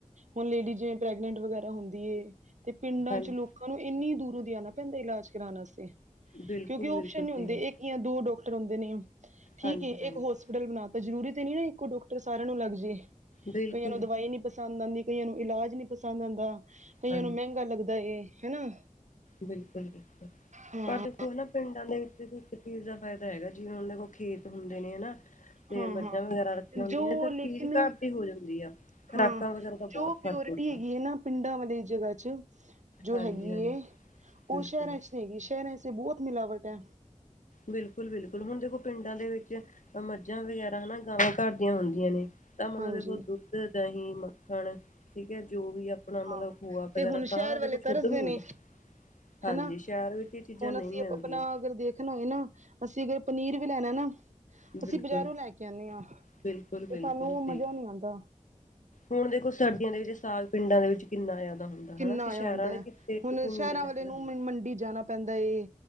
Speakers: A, on the right; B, on the left.
A: ਹੁਣ ਲੇਡੀ ਜਿਵੇਂ ਪ੍ਰੈਗਨੈਂਟ ਵਗੈਰਾ ਹੁੰਦੀ ਏ ਤੇ ਪਿੰਡਾਂ
B: ਹਾਂਜੀ
A: ਚ ਲੋਕ ਲੋਕਾਂ ਨੂੰ ਇੰਨੀ ਦੂਰੋਂ ਦੇ ਆਣਾ ਪੈਂਦਾ ਇਲਾਜ ਕਰਾਣ ਆਸੇ।
B: ਬਿਲਕੁਲ
A: ਕਿਉਂਕਿ ਓਪਸ਼ਨ
B: ਬਿਲਕੁਲ ਸਹੀ
A: ਨੀ ਹੁੰਦੇ
B: ਗੱਲ
A: ਏਕ ਯਾ ਦੋ ਡਾਕਟਰ ਹੁੰਦੇ ਨੇ ਠੀਕ
B: ਹਾਂਜੀ
A: ਏ।
B: ਹਾਂਜੀ
A: ਏਕ ਹੋਸ ਪਿੱਟਲ ਬਣਾ ਤੈ ਜਰੂਰੀ ਤੇ ਨੀ ਨਾ ਇੱਕੋ ਡਾਕਟਰ ਸਾਰਿਆਂ ਨੂੰ ਲੱਗ ਜੇ
B: ਬਿਲਕੁਲ
A: ਕਈਆਂ ਨੂੰ ਦਵਾਈ ਨੀ ਪਸੰਦ ਆਂਦੀ। ਕਈਆਂ ਨੂੰ ਇਲਾਜ ਨੀ ਪਸੰਦ ਆਂਦਾ, ਕਈਆਂ
B: ਹਾਂਜੀ
A: ਨੂੰ ਮਹਿੰਗਾ ਲੱਗਦਾ ਏ। ਹਨਾ।
B: ਬਿਲਕੁਲ-ਬਿਲਕੁਲ।
A: ਹਾਂ,
B: ਪਰ ਦੇਖ ਓ ਨਾ ਪਿੰਡ ਆਲੀਆ ਨੂੰ ਸਿਰਫ ਇੱਕ ਚੀਜ਼ ਦਾ ਫਾਇਦਾ ਹੈਗਾ ਜਿਵੇਂ ਉਨਾ ਕੋਲ ਖੇਤ ਹੁੰਦੇ ਨੇ ਹਨਾ। ਤੇ
A: ਹਾਂ,
B: ਮੱਝਾਂ
A: ਹਾਂ
B: ਵਗੈਰਾ ਰੱਖੀਆਂ ਹੁੰਦੀਆਂ
A: ਜੋ
B: ਨੇ ਤੇ ਚੀਜ਼
A: ਲੇਕਿਨ
B: ਘਰ ਦੀ ਹੋ ਜਾਂਦੀ ਆ ਖੁਰਾਕਾਂ
A: ਹਾਂ
B: ਵਗੈਰਾ ਦਾ ਬਹੁਤ
A: ਜੋ
B: ਫ਼ਰਕ
A: ਪਿਓਰਟੀ
B: ਹੁੰਦਾ
A: ਹੈਗੀ ਏ ਨਾ ਪਿੰਡਾਂ ਵਾਲੀ ਜਗ੍ਹਾ ਚ ਜੋ
B: ਹਾਂਜੀ
A: ਹੈਗੀ
B: ਹਾਂਜੀ
A: ਏ ਉਹ
B: ਬਿਲਕੁਲ
A: ਸ਼ਹਿਰਾਂ ਚ ਨੀ ਹੈਗੀ ਸ਼ਹਿਰਾਂ ਚ ਚ ਬਹੁਤ ਮਿਲਾਵਟ ਐ।
B: ਬਿਲਕੁਲ-ਬਿਲਕੁਲ। ਹੁਣ ਦੇਖੋ ਪਿੰਡਾਂ ਦੇ ਵਿੱਚ ਮੱਝਾਂ ਵਗੈਰਾ ਹਨਾ ਗਾਵਾਂ ਘਰ ਦੀਆਂ ਹੁੰਦੀਆਂ ਨੇ। ਤਾਂ ਮਤਲਬ
A: ਹਾਂਜੀ
B: ਦੇਖੋ ਦੁੱਧ, ਦਹੀਂ, ਮੱਖਣ। ਠੀਕ ਐ ਜੋ ਵੀ ਆਪਣਾ ਮਤਲਬ
A: ਹਾਂ
B: ਖੋਆ
A: ਤੇ
B: ਵਗੈਰਾ
A: ਹੁਣ
B: ਸਾਰਾ
A: ਸ਼ਹਿਰ
B: ਤੇ
A: ਵਾਲੇ
B: ਕੁਛ
A: ਤਰਸਦੇ
B: ਉੱਧਰ ਮਿਲ
A: ਨੇ
B: ਦੈ। ਹਾਂਜੀ,
A: ਹਨਾ
B: ਸ਼ੈਰ ਵਿੱਚ ਇਹ ਚੀਜ਼ਾਂ
A: ਹੁਣ
B: ਨਈ
A: ਅਸੀਂ
B: ਮਿਲਦੀਆਂ।
A: ਆਪਣਾ ਅਗਰ ਦੇਖਣਾ ਹੋਏ ਨਾ ਅਸੀਂ ਅਗਰ ਪਨੀਰ ਵੀ ਲੈਣਾ ਨਾ ਅਸੀਂ
B: ਬਿਲਕੁਲ
A: ਬਜ਼ਾਰੋਂ ਲੈ ਕੇ ਆਣੇ ਆ ਤੇ
B: ਬਿਲਕੁਲ ਬਿਲਕੁਲ
A: ਸਾਨੂੰ
B: ਸਹੀ
A: ਮਜਾ ਨੀ ਆਂਦਾ।
B: ਹੁਣ ਦੇਖੋ ਸਰਦੀਆਂ ਦੇ ਵਿੱਚ ਸਾਗ ਪਿੰਡਾਂ ਦੇ ਵਿੱਚ ਕਿੰਨਾ ਜਾਦਾ ਹੁੰਦਾ।
A: ਕਿੰਨਾ
B: ਹਨਾ ਤੇ
A: ਆਇਆ
B: ਸ਼ਹਿਰਾਂ
A: ਹੁੰਦਾ
B: ਨੇ
A: ਐ।
B: ਕਿਤੇ
A: ਹੁਣ
B: ਦੇਖੋ ਮੁੱਲ
A: ਸ਼ੈਰਾ
B: ਲੈ
A: ਵਾਲਿਆਂ
B: ਕੇ ਖਾਂਦੇ
A: ਨੂੰ ਮੰਡ ਮੰਡੀ ਜਾਣਾ ਪੈਂਦਾ ਏ।